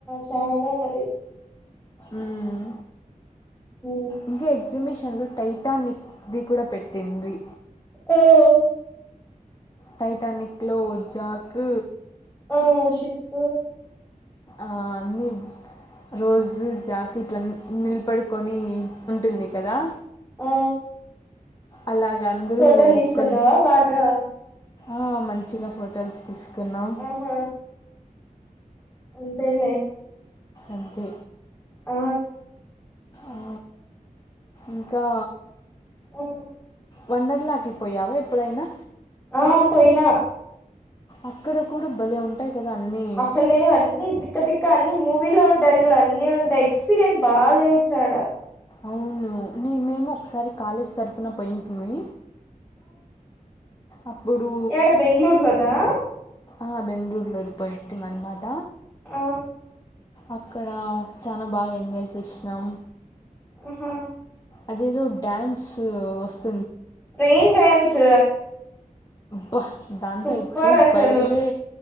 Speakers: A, in the centre; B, on the left.
A: చాలా మరి
B: ఉమ్
A: హ్మ్
B: ఇంకా ఎగ్జిబిషన్ లో టైటానిక్ ది గూడా పెట్టిండ్రి
A: ఉమ్
B: టైటానిక్ లో జాక్
A: ఆ షిప్పు
B: ఆ అన్ని రోజు జాక్ ఇట్ల నిలబడుకొని ఉంటుంది కదా
A: ఆ
B: అలాగ అందరూ
A: ఫోటోలు తీసుకున్నావా
B: ఒక్క
A: బాగా
B: ఆ మంచిగా ఫోటోస్ తీసుకున్నాం
A: ఆహా అంతేలే
B: అంతే
A: ఆ
B: ఆ, ఇంకా
A: ఆ
B: వండర్లాకి పోయావా ఎప్పుడైనా
A: ఆ పోయినా
B: అక్కడ కూడా భలే ఉంటాయి కదా అన్నీ
A: అసలే అన్నీ తిక్కతిక్క ఇంకా అన్ని మూవీలో ఉంటాయి జూడు అన్ని ఉంటాయి ఎక్స్పీరియన్స్ బాగా చేయొచ్చాడ
B: అవును న మేము ఒకసారి కాలేజ్ తరపున పోయింటిమి అప్పుడు
A: యేడ బెంగుళూర్లోదా
B: ఆ బెంగళూరులోది పోయింటిమి అన్నమాట
A: ఆ
B: అక్కడ చానా బాగా ఎంజాయ్ చేసినాం
A: హా
B: అదేదో డ్యాన్స్ వస్తు
A: రెయిన్ డ్యాన్స్
B: వహ్ దాంతో
A: సూపర్
B: అయితే
A: అసలు
B: బల్ళె